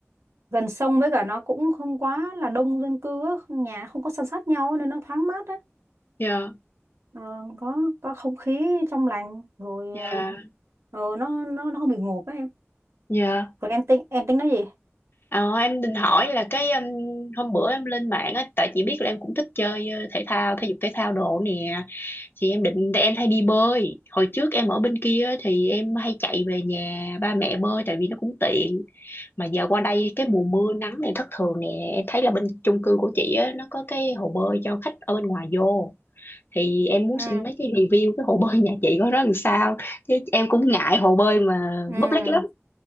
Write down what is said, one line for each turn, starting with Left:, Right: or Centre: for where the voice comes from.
Right: gần sông với cả nó cũng không quá là đông dân cư á, không- nhà không có san sát nhau nên nó thoáng mát á.
Left: dạ
Right: Ờ, có có không khí trong lành rồi
Left: dạ
Right: ờ ờ, nó nó nó không bị ngộp á em
Left: dạ
Right: rồi em tính em tính nói gì
Left: Ờ, em định hỏi là cái um, hôm bữa em lên mạng á, tại chị biết là em cũng thích chơi ờ, thể thao, thể dục thể thao đồ nè. Thì em định em hay đi bơi. Hồi trước em ở bên kia á, thì em hay chạy về nhà ba mẹ bơi tại vì nó cũng tiện. Mà giờ qua đây cái mùa mưa nắng này thất thường nè, em thấy là bên chung cư của chị á nó có cái hồ bơi cho khách ở bên ngoài vô. Thì em muốn
Right: ừ
Left: xin mấy cái review cái hồ <laughs> bơi nhà chị có nó làm sao. Chứ em cũng ngại hồ bơi mà
Right: ừ
Left: public lắm.